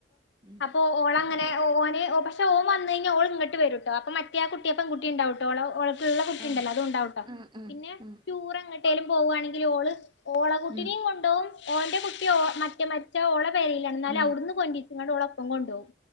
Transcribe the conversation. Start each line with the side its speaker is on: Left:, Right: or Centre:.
Right: ഉം
Left: അപ്പോൊ ഓള് അങ്ങനെ ഓന് പക്ഷെ ഓന് വന്ന് കഴിഞ്ഞാൽ ഓൾ ഇങ്ങോട്ട് വരും കേട്ടോ. അപ്പൊ മറ്റേ ആ കുട്ടിയപ്പം കുട്ടിണ്ടാവട്ടോ പ്പ് ള്ള കുട്ടിണ്ടല്ലോ
Right: ആഹ്
Left: അതും ഉണ്ടാവുട്ടോ
Right: ആഹ് ആഹ്
Left: പിന്നെ
Right: ആഹ്
Left: ടൂർ എങ്ങോട്ടേലും പോവ്വാണെങ്കില് ഓള് ഓളെ കുട്ടിനിം
Right: ഉം
Left: കൊണ്ടോവും ഓന്റെ കുട്ടി ഓ മറ്റേ മരിച്ച ഓളെ പെരിലാണ് ന്നാലും
Right: ഉം
Left: അവ്ട്ന്ന് കൊന്റി ച്ച്ങ്ങാണ്ട് ഓളൊപ്പം കൊണ്ടോവും